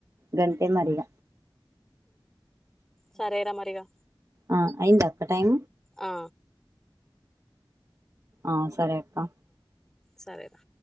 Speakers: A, on the right; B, in the centre.
A: గంతే మరి ఇగ
B: సరేరా మరి ఇగ
A: ఆ అయిందా అక్క టైం
B: ఆ
A: ఆ సరే అక్క
B: సరే రా